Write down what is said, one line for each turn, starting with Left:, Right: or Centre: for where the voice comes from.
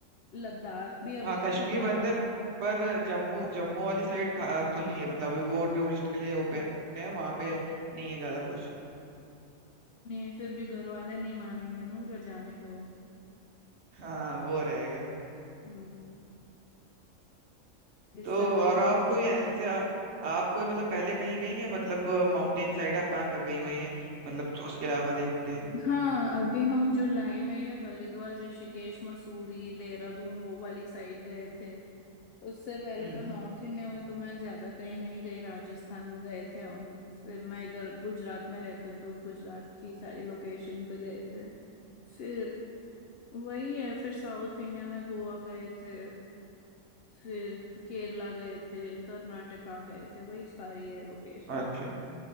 Left: लद्दाख भी
Right: हाँ
Left: अभी खुला
Right: कश्मीर बंद
Left: नहीं
Right: है
Left: है
Right: पर जम्मू जम्मू वाली साइड खा- खुली है मतलब अभी वो टूरिस्ट के लिए ओपन है वहां पे नहीं है ज्यादा कुछ
Left: नहीं फिर भी घर वाले नहीं मानेंगे ना उधर जाने को
Right: हाँ वो रहेगा
Left: हम्म इसलिए
Right: तो
Left: तो वही
Right: और आप
Left: अभी
Right: कोई ऐसे आ- आप कोई मतलब पहले कहीं गई हैं मतलब माउंटेन साइड आप कहाँ कहाँ गई हुई हैं मतलब जो उसके अलावा देखते हैं
Left: हाँ अभी हम जुलाई में ये हरिद्वार ऋषिकेश मसूरी देहरादून वो वाली साइड गए थे उससे पहले
Right: हम्म
Left: तो नॉर्थ इंडिया में तो मैं ज्यादा कहीं नहीं गई राजस्थान में गए थे और फिर मैं इधर गुजरात में रहती हूँ तो गुजरात की सारी लोकेशन पे गए थे फिर वही है फिर साउथ इंडिया में गोवा गए थे फिर केरला गए थे कर्नाटका गए थे वही सारी है लोकेशन
Right: अच्छा
Left: तो